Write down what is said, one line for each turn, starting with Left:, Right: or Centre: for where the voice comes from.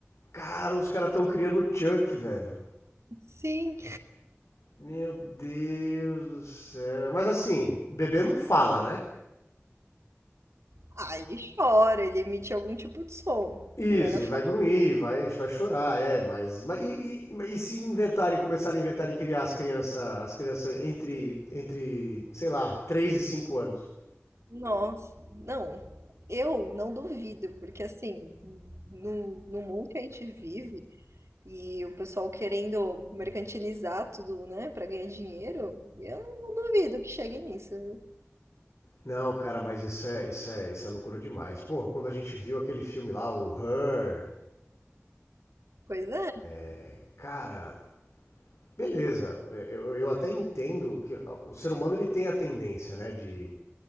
Left: Cara, os caras estão criando o Chuck, velho.
Right: <laughs> Sim.
Left: Meu Deus do céu. Mas assim, bebê não fala, né?
Right: Ah, ele chora, ele emite algum tipo de som.
Left: Isso,
Right: Agora eu
Left: ele vai grunhir, vai, vai chorar, é, mas, mas e, e- e se inventarem, começarem a inventar e criar as crianças, as crianças entre, entre, sei lá, 3 e 5 anos?
Right: nossa, não. Eu não duvido, porque assim, no, no mundo que a gente vive e o pessoal querendo mercantilizar tudo, né, pra ganhar dinheiro, eu não duvido que chegue nisso, viu?
Left: Não, cara, mas isso é, isso é, isso é loucura demais. Porra, quando a gente viu aquele filme lá, o Her,
Right: Pois é.
Left: é, cara, beleza, eu, eu até entendo que o ser humano ele tem a tendência, né, de